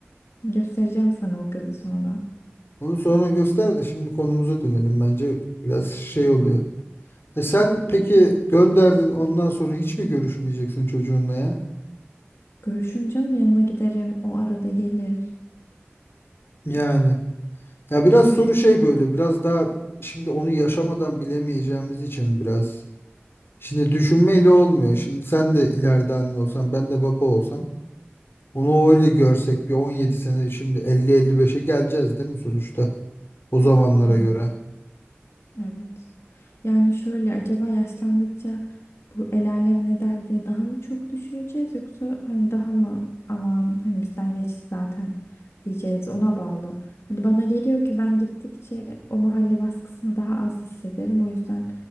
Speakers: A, on the left; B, on the left.
A: Göstereceğim sana o kızı sonra.
B: Onu sonra göster de şimdi konumuza dönelim bence biraz şey oluyor. E sen peki gönderdin ondan sonra hiç mi görüşmeyeceksin çocuğunla ya?
A: Görüşün canım yanına giderim. O arada gelir.
B: Yani ya biraz
A: Görüş.
B: soru şey böyle biraz daha şimdi onu yaşamadan bilemeyeceğimiz için biraz. Şimdi düşünmeyle olmuyor. Şimdi sen de ileride anne olsan, ben de baba olsam, onu öyle görsek bir 17 sene şimdi 50-55'e geleceğiz değil mi sonuçta o zamanlara
A: Evet.
B: göre?
A: Evet. Yani şöyle acaba yaşlandıkça bu el alem ne der diye daha mı çok düşüneceğiz yoksa hani daha mı aman hani bizden geçti zaten diyeceğiz ona bağlı. Hani bana geliyor ki ben gittikçe o mahalle baskısını daha az hissederim o yüzden